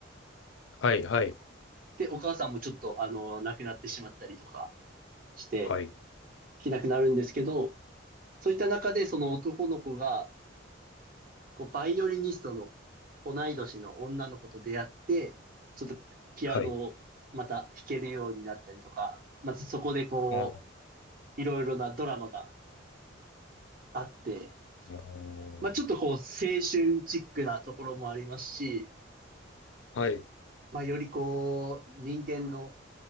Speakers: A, on the left; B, on the right.
A: はい、はい、
B: で、お母さんもちょっと、あの、亡くなってしまったりとかして、
A: はい、
B: 弾けなくなるんですけど、そういった中でその男の子が、こう、バイオリニストの同い年の女の子と出会って、ちょっとピアノをまた弾けるようになったりとか、
A: はい。
B: まずそこでこ
A: あ
B: う、いろいろなドラマがあって、
A: ー
B: まあちょっとこう、青春チックなところもありますし、
A: はい、
B: まあよりこう、人間の